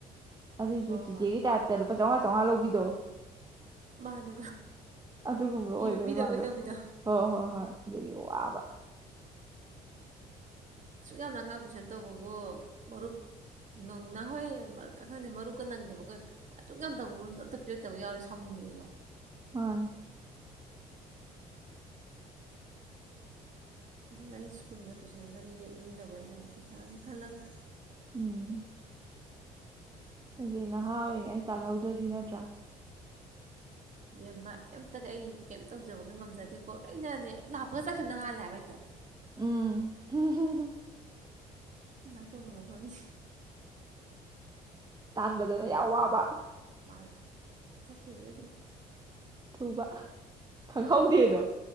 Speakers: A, on the right (about 20°); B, on the right (about 40°).
A: ꯑꯗꯨꯏꯁꯨ
B: ꯍꯣꯏ
A: ꯆꯤꯆꯦꯒꯤ
B: ꯍꯣꯏ
A: ꯇꯥꯏꯞꯇ ꯂꯨꯄꯥ ꯆꯝꯃꯉꯥ ꯆꯝꯃꯉꯥ ꯂꯧꯕꯤꯗꯣ
B: ꯃꯥꯅꯦ
A: ꯑꯗꯨꯒꯨꯝꯕ
B: ꯄꯤꯕꯣꯏ
A: ꯑꯣꯏꯕꯩ
B: ꯄꯤꯗꯕꯣꯏ
A: ꯃꯥꯁꯨ
B: ꯇꯧꯕꯤꯗꯣ
A: ꯍꯣꯏ ꯍꯣꯏ ꯍꯣꯏ ꯑꯗꯨꯒꯤ ꯋꯥꯕ
B: ꯁꯨꯛ ꯌꯥꯝ ꯑꯉꯥꯡ ꯇꯨꯏꯁꯟ ꯇꯧꯕꯕꯨ ꯃꯔꯨꯞ ꯅꯪꯅ ꯍꯣꯏ ꯃꯔꯛꯇ ꯈꯪꯗꯦ ꯃꯔꯨꯞꯀ ꯅꯪꯗꯕꯈꯣꯏ ꯑꯗꯨꯛ ꯌꯥꯝ ꯇꯧꯕ ꯑꯝꯇ ꯄꯤꯔꯛꯇꯕ ꯌꯥꯎꯔꯦ ꯁꯥꯎꯅꯤꯡꯉꯛꯑꯦꯕ
A: ꯃꯥꯟꯅꯦ
B: ꯑꯗꯨꯗ ꯑꯩ ꯁ꯭ꯀꯨꯜꯒ ꯇꯨꯏꯁꯟꯒꯗꯤ ꯂꯦꯞꯅꯤꯡꯗꯕ ꯑꯩꯅ ꯑꯃꯨꯛ ꯄꯩꯁꯥꯒꯤ ꯈꯜꯂꯒ
A: ꯎꯝ ꯍꯧꯖꯤꯛ ꯅꯍꯥ ꯑꯣꯏꯔꯤꯉꯩ ꯇꯥꯜꯍꯧꯗ꯭ꯔꯗꯤ ꯅꯠꯇ꯭ꯔꯥ
B: ꯏꯕꯦꯝꯃꯥ ꯀꯩꯝꯇꯅꯦ ꯑꯩ ꯀꯔꯤꯝ ꯇꯧꯖꯕꯒ ꯉꯝꯖꯗꯦꯀꯣ ꯂꯣꯏꯅꯅꯦ ꯂꯥꯛꯄꯒ ꯆꯠꯈꯤꯕꯅ ꯍꯥꯜꯂꯦ ꯍꯥꯏꯕ ꯍꯦꯛꯇ
A: ꯎꯝ
B: ꯀꯃꯥꯏꯇꯧꯕꯅꯣ ꯈꯪꯗꯦ
A: ꯇꯥꯟꯕꯗꯅ ꯌꯥꯝ ꯑꯋꯥꯕ
B: ꯃꯥ ꯆꯠꯈꯤꯕꯗ ꯑꯗꯨꯝ
A: ꯊꯨꯕ ꯈꯪꯍꯧꯗꯦꯗꯣ
B: ꯃꯥꯅꯤ